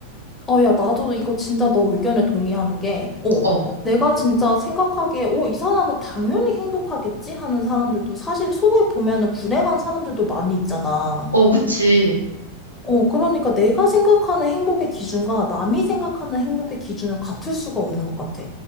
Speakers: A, on the left (about 15°); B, on the right (about 85°).
A: 야, 나도 이거 진짜 너 의견에 동의하는 게, 어,
B: 어,
A: 내가 진짜 생각하기에, 어, 이 사람은 당연히 행복하겠지? 하는 사람들도 사실 속에 보면은 불행한 사람들도 많이 있잖아.
B: 어, 그치.
A: 어, 그러니까 내가 생각하는 행복의 기준과 남이 생각하는 행복의 기준은 같을 수가 없는 것 같아.